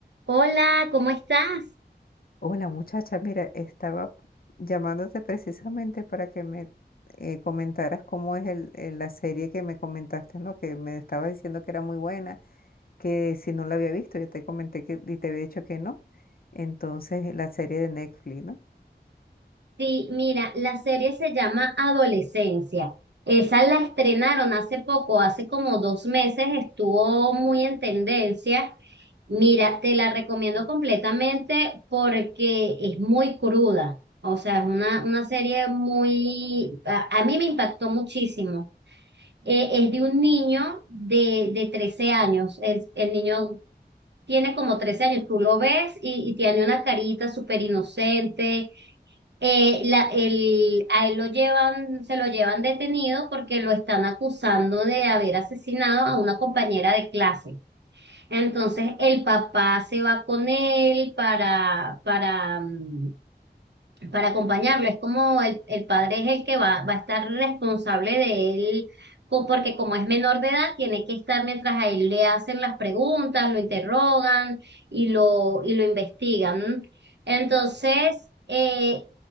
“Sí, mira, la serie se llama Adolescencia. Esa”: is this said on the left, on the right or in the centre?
Right